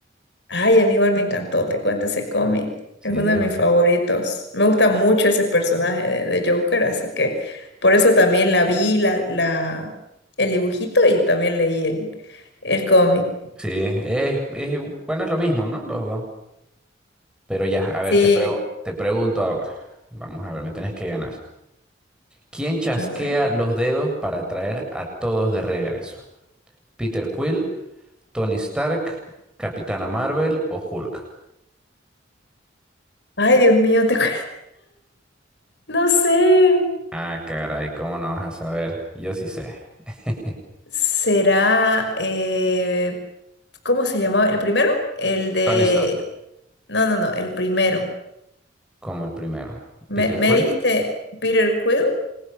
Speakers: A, on the left; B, in the centre.
A: Ay, a mí igual me encantó, te cuento ese cómic.
B: Sí,
A: Es uno de
B: es,
A: mis favoritos. Me gusta mucho ese personaje de, de Joker, así que por eso también la vi, la, la, el dibujito y también leí el, el cómic.
B: sí, es, es- bueno, es lo mismo, ¿no? Los dos. Pero ya, a ver,
A: Sí,
B: te pregu- te pregunto ahora. Vamos a ver, me tenés que ganar. ¿Quién chasquea
A: a ver.
B: los dedos para traer a todos de regreso? ¿Peter Quill, Tony Stark, Capitana Marvel o Hulk?
A: Ay, Dios mío, te cu- <laughs> No sé.
B: Ah, caray, ¿cómo no vas a saber? Yo sí sé. <laughs>
A: Será, eh, ¿cómo se llamaba? ¿El primero? El de...
B: Tony Stark,
A: No, no, no, el primero.
B: como el primero.
A: ¿Me,
B: ¿Peter
A: me
B: Quill?
A: diste Peter Quill?